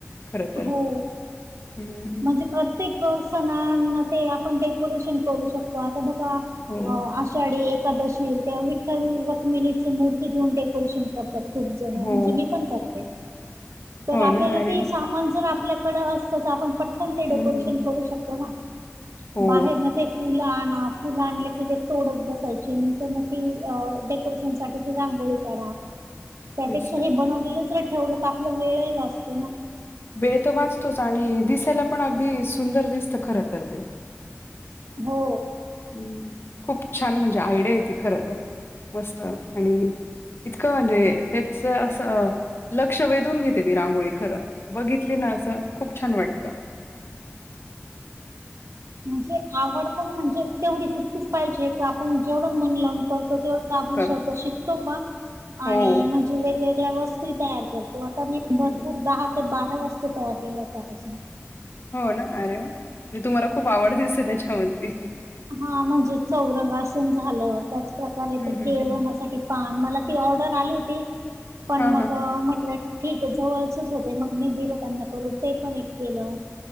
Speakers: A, on the left; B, on the right.
A: खरं तर
B: हो
A: हं,
B: म्हणजे प्रत्य तेक सणाना ते आपण डेकोरेशन करू शकतो आता बघा अ
A: हो,
B: आ आषाढी एकादशी त्या विठ्ठल रुक्मिणीच मूर्ती ठेऊन डेकोरेशन कर खूप जण
A: हो,
B: म्हणजे मी पण करते तर
A: हो
B: आपल्याला
A: ना अरे
B: ते
A: वाह!
B: सामान जर आपल्याकडं असतं. तर आपण पट पण ते डेकोरेशन
A: हं,
B: करू शकतो ना
A: हो
B: बाहेरनं ते फुलं आणा फुलं आणले की ते तोडत बसायचे नंतर मग ते पुरुषांसाठी ती रांगोळी काढा
A: <inaudible>
B: त्यापेक्षा
A: तर.
B: हे बनवलेलंच जर ठेवलं तर आपला वेळही वाचतो ना?
A: वेळ तर वाचतोच आणि दिसायला पण अगदी सुंदर दिसत खरं तर ते
B: हो
A: हम् खूप छान म्हणजे आयडिया ती खर तर मस्त आणि इतकं म्हणजे त्याच असं लक्ष वेधून घेते ती रांगोळी खरं बघितली ना असं खूप छान वाटतं
B: म्हणजे आवड पण म्हणजे तेवढी तितकीच पाहिजे का आपण जेवढं मन लावून करतो तेवढं आपण
A: कर
B: स्वतः शिकतो पण
A: हो
B: आणि म्हणजे वेगवेगळ्या वस्तू ही तयार करतो आता मी भरपूर
A: तेच.
B: दहा ते बारा वस्तू तयार केल्यात त्या पासून
A: हो ना, अरे वा, म्हणजे तुम्हाला खूप आवड दिसते, त्याच्यामधली.
B: हा म्हणजे, चौरंगासन झालं, त्याच प्रकारे
A: हं,
B: त्या
A: हं,
B: केळवणासाठी
A: हं.
B: पान, मला ती ऑर्डर आली होती. पण
A: हां,
B: मग
A: हां, हां.
B: म्हटलं. ठीके. जवळचच होते. मग मी दिलं त्यांना करून. ते पण एक केलं.